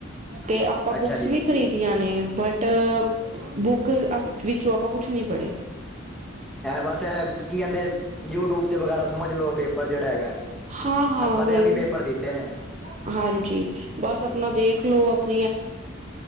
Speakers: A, on the right; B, in the centre.
A: ਤੇ ਆਪਾਂ
B: ਅੱਛਾ
A: ਬੁੱਕਸ
B: ਜੀ
A: ਵੀ ਖਰੀਦ ਦੀਆਂ ਨੇ ਬਟ, ਬ ਬੁੱਕ ਵਿੱਚੋਂ ਆਪਾਂ ਕੁਛ ਨੀ ਪੜ੍ਹੇਯਾ।
B: ਬਸ ਇਹ ਕੀ ਕਹਿੰਦੇ ਯੂਟਿਊਬ ਤੇ ਵਗ਼ੈਰਾ ਸਮਝ ਲੋਓ ਪੇਪਰ ਜਿਹੜਾ ਹੈਗਾ
A: ਹਾਂ, ਹਾਂ,
B: ਆਪਾਂ
A: ਹਾਂ,
B: ਤੇ ਐਵੇਂ ਪੇਪਰ ਦਿੱਤੇ ਨੇ
A: ਹਾਂਜੀ ਬਸ
B: ਹਾਂਜੀ
A: ਅਪਨਾ ਦੇਖ ਲੋ <unintelligible>